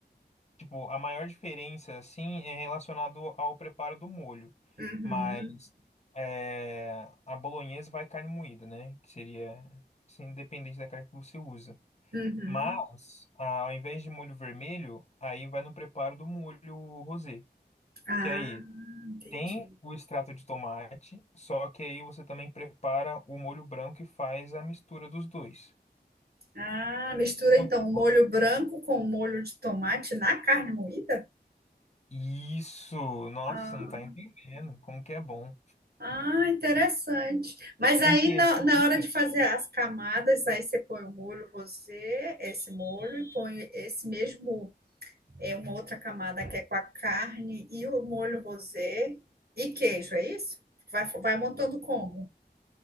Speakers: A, on the left; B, on the right.
A: Tipo, a maior diferença, assim, é relacionado ao preparo do molho.
B: Uhum,
A: Mas é, a bolonhesa vai carne moída, né? Que seria, assim, independente da carne que você usa.
B: uhum.
A: Mas, ah, ao invés de molho vermelho, aí vai no preparo do molho rosé.
B: Ah,
A: Que aí
B: entendi.
A: tem o extrato de tomate, só que aí você também prepara o molho branco e faz a mistura dos dois.
B: Ah, mistura
A: Então,
B: então
A: tipo,
B: molho branco com molho de tomate na carne moída?
A: Isso! Nossa,
B: Ah.
A: você não tá entendendo como que é bom.
B: Ah, interessante. Mas
A: Com
B: aí
A: queijinho
B: na, na
A: ainda?
B: hora de fazer as camadas, aí você põe o molho rosé, esse molho, e põe esse mesmo, é uma outra camada que é com a carne e o molho rosé e queijo, é isso? Vai, vai montando como?